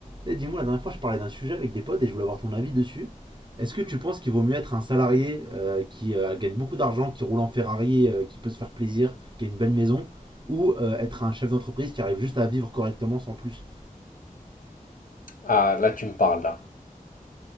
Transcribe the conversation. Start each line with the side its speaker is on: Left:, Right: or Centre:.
Right: Eh, dis-moi, la dernière fois, je parlais d'un sujet avec des potes et je voulais avoir ton avis dessus. Est-ce que tu penses qu'il vaut mieux être un salarié euh, qui euh, gagne beaucoup d'argent, qui roule en Ferrari, euh, qui peut se faire plaisir, qui a une belle maison, ou euh, être un chef d'entreprise qui arrive juste à vivre correctement sans plus
Left: Ah, là, tu me parles, là.